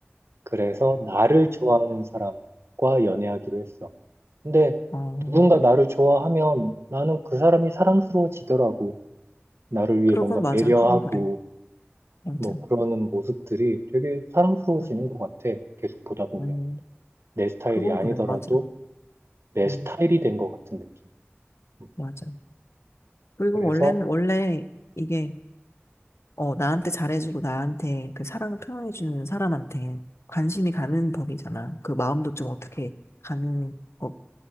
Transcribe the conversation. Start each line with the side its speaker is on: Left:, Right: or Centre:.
Right: 그래서 나를 좋아하는 사람과 연애하기로 했어. 근데
Left: 어,
Right: 누군가 나를 좋아하면 나는 그 사람이 사랑스러워지더라고. 나를 위해
Left: 그건
Right: 뭔가
Left: 맞아.
Right: 배려하고,
Left: 그건 그래. 아무튼,
Right: 뭐 그러는 모습들이 되게 사랑스러워지는
Left: 아,
Right: 것 같아. 계속 보다 보면.
Left: 음,
Right: 내 스타일이
Left: 그건
Right: 아니더라도
Left: 그래. 맞아.
Right: 내
Left: 음,
Right: 스타일이 된 것 같은 느낌. 음,
Left: 맞아. 그리고
Right: 그래서,
Left: 원래는, 원래 이게, 어, 나한테 잘해주고 나한테 그 사랑을 표현해주는 사람한테 관심이 가는 법이잖아. 그 마음도 좀 어떻게 가는 거,